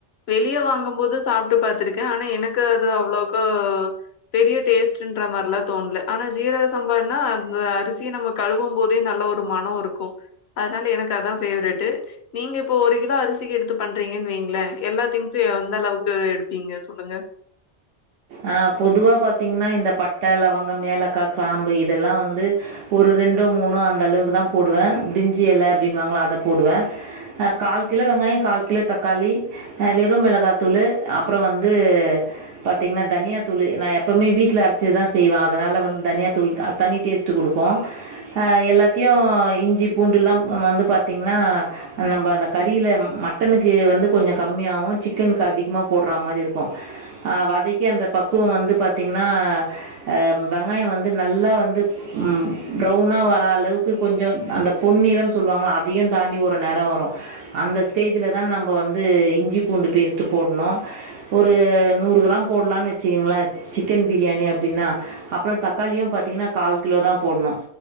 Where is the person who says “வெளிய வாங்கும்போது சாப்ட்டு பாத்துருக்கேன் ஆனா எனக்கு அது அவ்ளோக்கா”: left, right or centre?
Left